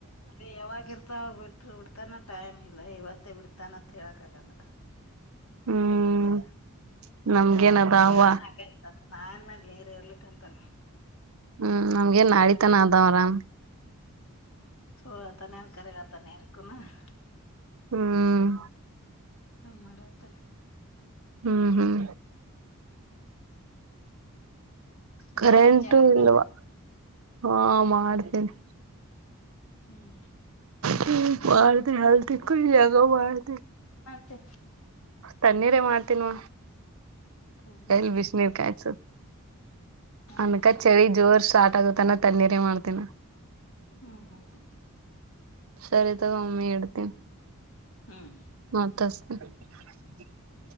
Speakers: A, on the left; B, on the right.
A: ಅದೇ ಯಾವಾಗಿರ್. ಬಿಟ್ಟ್ರರು ಬಿಡ್ತಾನ ಟೈಮ್ ಇಲ್ಲ ಇವತ್ತೇ ಬಿಡ್ತಾನಂತ ಹೇಳಕ್ ಆಗಲ್ಲ.
B: ಹ್ಮ್
A: ಹಿಂಗಾಗಿದ್ದೇವ
B: ನಮ್ಗೇನ್ ಅದಾವ
A: ಕೇಳೋನ್ತ ನಾನ್ ಮಾಡ ನೀರು ಎರ್ಲಿಕ್ಕ ಅಂತಾನ.
B: ಹ್ಮ್ ನಮ್ಗೇನ್ ನಾಳಿತನ ಆದದಾ ಅರಾಮ್.
A: ಸುಲ್ ಹೇಳ್ತಾನ ಕರೆ ಹೇಳ್ತಾನ ಯಾರಿಗ್ <unintelligible>
B: ಹ್ಮ್
A: ಹ ಮಾಡತ್. ತ್ತ
B: ಹ್ಮ್ ಹ್ಮ್
A: ಮಾಡಿನ್
B: ಕರೆಂಟು
A: ಜಳಕ
B: ಇಲ್ವಾ.
A: ಅದು
B: ಹಾ ಮಾಡ್ತೇನೆ.
A: ಹ್ಮ್
B: ಹ್ಮ್ <inaudible> ಬಾರದೆ ಹಾಲತಿ ಕ ಜಾಗ ಬಾರತಿ <inaudible>
A: ತಿ
B: ತನ್ನೀರ್ ಮಾಡ್ತೀನ್ವ
A: ತಣ್ಣೀರ್
B: ಎಲ್ ಬಿಸ್ಣೀರ್
A: ಮಾಡ್ತೀಯ
B: ಕಾಯ್ಸು
A: ಹ್ಮ್
B: ಅನಕ ಚಳಿ ಜೋರ್ ಸಾತ್ ಅದು ತಾನ್ ತಣ್ಣೀರಿ ಮಾಡ್ತೇನಿ
A: ಹ್ಮ್ ಹ್ಮ್ ಹ್ಮ್
B: ಸರಿ ತಗೋ ಮಮ್ಮಿ ಇಡ್ತನಿ.
A: ಹ್ಮ್
B: ಮತ್ತ್ <inaudible>